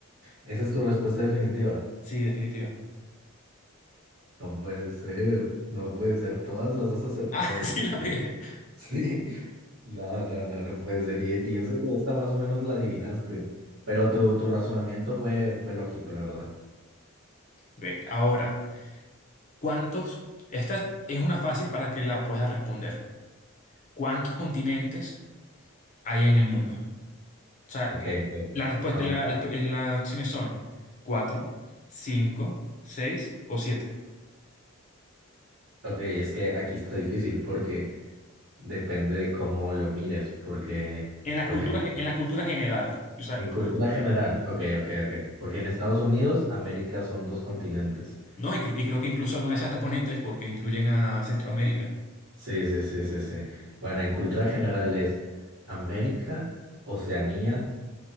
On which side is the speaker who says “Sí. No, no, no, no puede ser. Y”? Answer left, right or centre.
Right